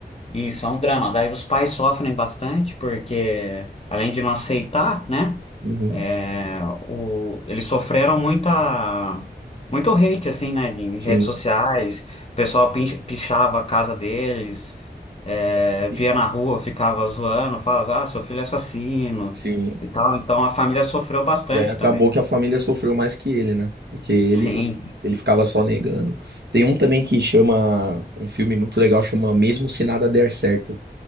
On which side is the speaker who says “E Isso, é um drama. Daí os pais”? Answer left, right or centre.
Left